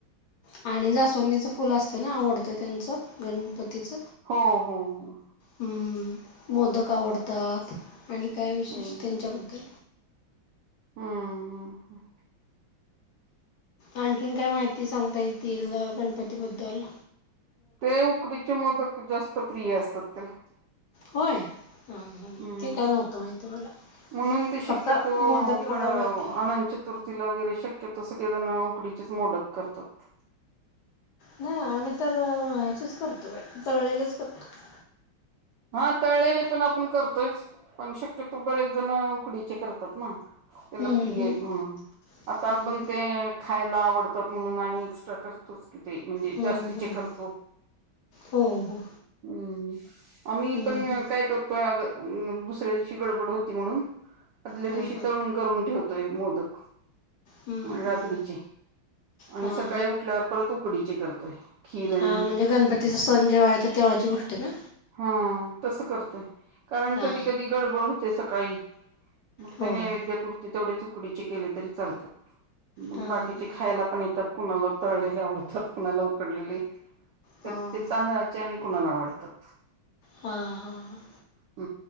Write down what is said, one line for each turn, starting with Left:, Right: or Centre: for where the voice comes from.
Left: आणि जासवंदीचं फुल असतं ना आवडतं, त्यांचं गणपतीच-
Right: हा, हा, हा.
Left: हम. मोदक आवडतात आणि काय विशेष
Right: हो
Left: त्यांच्याबद्दल?
Right: हम्. हम.
Left: आणखीन काय माहिती सांगता येतील गणपती बद्दल?
Right: ते उकडीचे मोदक जास्त प्रिय असतात, <unintelligible>
Left: होय, हा, हा,
Right: हम्म
Left: ते काय नव्हतं माहिती मला.
Right: म्हणून ते शक्यतो
Left: फक्त मोदक एवढं
Right: ग
Left: माहिती आहे.
Right: अनचित <unintelligible> तुर्थीला वगैरे शक्यतो सगळेजण उकडीचेच मोदक करतात.
Left: नाही आम्ही तरचेच करतो तळलेलेच करतो <unintelligible>
Right: हा तळलेले पण आपण करतोयच. पण शक्यतो बरेच जण उकडीचे करतात ना. त्याला
Left: हम्म
Right: पी <unintelligible>
Left: हम्म
Right: येत म्हणून आता
Left: हम्म
Right: आपण ते खायला आवडतात, म्हणून आणि एक्स्ट्रा करतोच. कि ते म्हणजे
Left: हम्म.
Right: जास्तीचे
Left: हम.
Right: करतो
Left: हो, हो.
Right: हम्. आम्ही
Left: हम्म
Right: पण
Left: हम्म
Right: काय करतोय अ <unintelligible> दुसऱ्या दिवशी गडबड होती म्हणून- आदल्या
Left: हां
Right: दिवशी
Left: हां
Right: तळून करून ठेवतोय मोदक.
Left: हम्म
Right: रात्रीचे
Left: हम्म
Right: आणि
Left: हां
Right: सकाळी उठल्यावर परत उकडीचे करतोय. खीर आणि
Left: हा, म्हणजे गणपतीचा सण जेव्हा येतो, तेव्हाची गोष्टी ना?
Right: हा, तसं करतो, कारण
Left: हां
Right: कधी कधी गडबड होते सकाळी. मग
Left: होय
Right: ते नैवेद्यपूर्ती तेवढे ऊकडीचे केले तरी चालतात मग
Left: हां
Right: बाकीचे
Left: हां
Right: खायला पण येतात. कुणाला तळलेली आवडतात कुणाला उकडलेली तर
Left: हां
Right: ते तांदळा आणि कुणाला आवडतात.
Left: हां हां हां
Right: ह